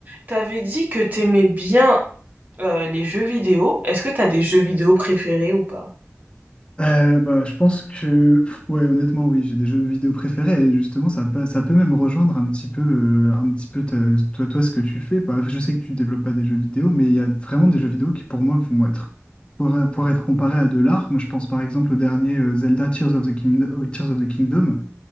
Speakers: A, on the right; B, on the left.
A: T'avais dit que t'aimais bien euh, les jeux vidéo. Est-ce que t'as des jeux vidéo préférés ou pas?
B: Euh, bah, je pense que, ouais, honnêtement, oui, j'ai des jeux vidéo préférés et justement, ça, peut- ça peut même rejoindre un petit peu, euh, un petit peu ta- toi, toi, ce que tu fais. Bah, je sais que tu développes pas des jeux vidéo, mais il y a vraiment des jeux vidéo qui, pour moi, vont être, pour, pour être comparés à de l'art. Moi, je pense par exemple au dernier euh, Zelda Tears of the Kingdom, Tears of the Kingdom